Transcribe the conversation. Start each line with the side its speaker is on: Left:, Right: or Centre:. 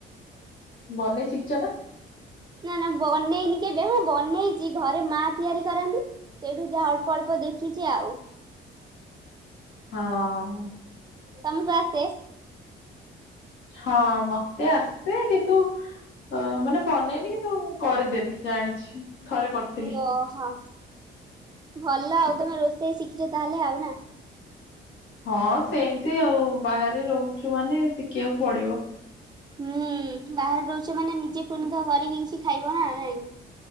Left: ବନେଇ ଶିଖୀଛନା।
Right: ନା ନା ବନେଇନି କେବେ ହଁ ବନେଇଚି ଘରେ ମା ତିଆରି କରନ୍ତି। ସେଇଠୁ ଯାହା ଅଳ୍ପ ଅଳ୍ପ ଦେଖିଛି ଆଉ
Left: ହଁ।
Right: ତମୁ କୁ ଆସେ।
Left: ହଁ ମତେ ଆସେ। କିନ୍ତୁ ଅଁ ମାନେ ବନେଇନି କିନ୍ତୁ ମୁଁ କରିଦେବି ଜାଣିଛି। ଥରେ କରିଥିଲି।
Right: ଓହୋ, ଭଲ ଆଉ ତମେ ରୋଷେଇ ଶିଖିଛ ତାହେଲେ ଆଉ ନା।
Left: ହଁ ସେମିତି ଆଉ। ବାହାରେ ରହୁଚୁ ମାନେ ଶିଖିଆକୁ ପଡିବ।
Right: ହୁଁ ବାହାରେ ରହୁଛ ମାନେ ନିଜେ ପୁଣି ତ କରିକି କିଛି ଖାଇବ ନା ନାଇଁ।